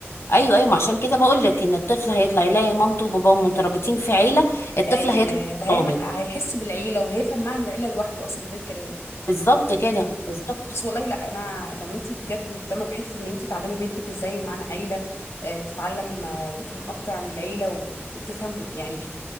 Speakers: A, on the left; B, on the left.
A: ايوه ايوه ما عشان كده بقول لك ان الطفل هيطلع يلاقي مامته وباباه مترابطين في عيله الطفل
B: ايوه
A: هيطلع مترابط
B: هيعمل هيحس بالعيله وهيفهم معنى العيله لوحده اصلا من غير كلام
A: بالظبط كده
B: فاهماني
A: بالظبط
B: بس والله لا انا لو انت بجد مهتمه بحته ان انت تعلمي بنتك ازاي معنى عيله آه، تتعلم آه، تفهم اكتر عن العيله و- وتفهم يعني